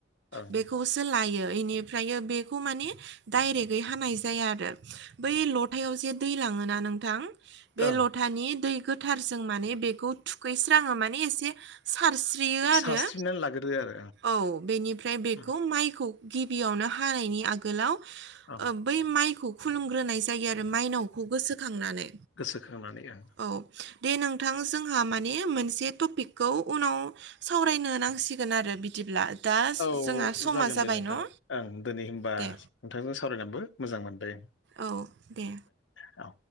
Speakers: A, on the left (about 70°); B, on the right (about 60°).
A: ओं
B: बेखौसो लायो बेनिफ्राय बेखौ मानिे डाइरेक्टै हानाय जाया आरो बै लथायाव जे दैला थङोना नोंथां बे
A: ओं
B: लथानि दै गोथारजों माने बेखौ थुखैस्राङो माने एसे सारस्रियो आरो
A: सास्रिनानै लाग्रो आरो
B: औ बेनिफ्राय बेखौ
A: ओं
B: माइखौ गिबियावनो हानायनि आगोलाव
A: ओं
B: ओ बै माइ खुलुमग्रोनाय जायो आरो माइनावखौ गोसोखांनानै
A: गोसोखांनानै ओं।
B: औ दे नोंथां जोंहा माने मोनसे टपिकखौ उनाव सावराय बुंनो नांसिगोन आरो बिदिब्ला दा
A: औ
B: जोंहा समा
A: जागोन
B: जाबाय
A: दे नोंथां
B: न'
A: ओं दिनै होमबा
B: दे।
A: नोंथांजों सावरायनानैबो मोजां मोनदों।
B: औ दे।
A: औ।